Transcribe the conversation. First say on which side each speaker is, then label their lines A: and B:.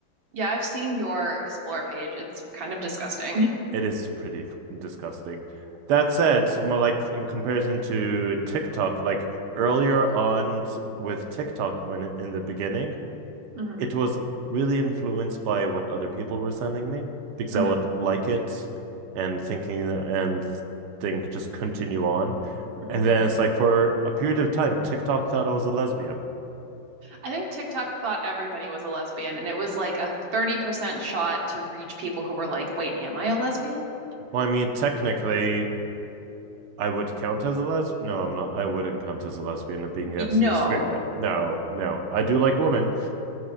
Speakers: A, on the right; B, on the right.
A: yeah, I've seen your explore page. It's kind of disgusting. <laughs>
B: It is pretty f- disgusting. That said, so like in comparison to TikTok, like earlier on with TikTok when in the beginning,
A: hmm
B: it was really influenced by what other people were sending me because
A: hmm
B: I would like it and thinking and think just continue on.
A: hmm
B: And then it's like for a period of time, TikTok thought I was a lesbian.
A: I think TikTok thought everybody was a lesbian, and it was like a 30% shot to reach people who were like, "Wait, am I a lesbian?"
B: Well, I mean, technically, I would count as a lesbian. No, I'm not. I wouldn't count as a lesbian and being
A: Y-
B: a a
A: No.
B: straight male. No, no. I do like women,